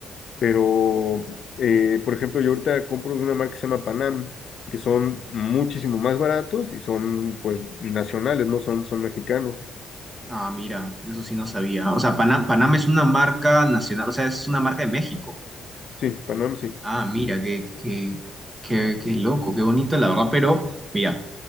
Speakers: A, on the left (about 60°); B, on the right (about 20°).
A: Pero, eh, por ejemplo, yo ahorita compro de una marca que se llama Panam, que son muchísimo más baratos y son, pues, nacionales, no son, son mexicanos.
B: Ah, mira, eso sí no sabía. O sea, Panam Panam es una marca nacional, o sea, es una marca de México.
A: Sí, Panam sí.
B: Ah, mira, qué, qué, qué, qué loco, qué bonito, la verdad. Pero, mira,